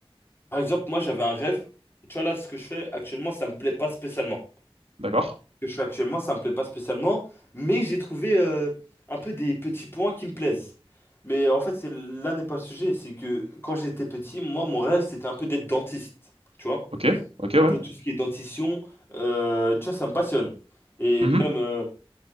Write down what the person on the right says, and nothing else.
D'accord.
Ok, ok, ouais.
Mhm.